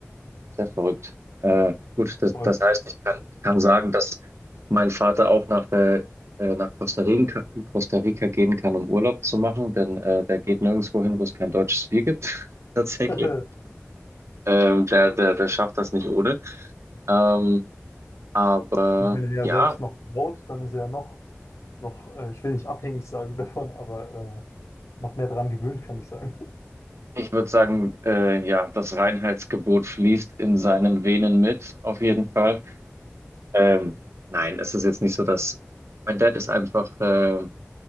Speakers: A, on the right; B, on the left.
A: Sehr verrückt. Äh, gut, das,
B: Voll.
A: das heißt, ich kann, ich kann sagen, dass mein Vater auch nach, äh, äh, nach Costa Rica, Costa Rica gehen kann, um Urlaub zu machen, denn äh, der geht nirgendwo hin, wo es kein deutsches Bier gibt. <laughs> Tatsächlich.
B: <laughs> Und
A: Ähm, der, der, der schafft das nicht ohne. Ähm, aber
B: Wenn er ja
A: ja,
B: selbst noch braut, dann ist er ja noch, noch äh, ich will nicht abhängig sagen <laughs> davon, aber äh, noch mehr dran gewöhnt, kann ich sagen.
A: ich würde sagen, äh, ja, das Reinheitsgebot fließt in seinen Venen mit, auf jeden Fall. Ähm, nein, es ist jetzt nicht so, dass mein Dad ist einfach, äh,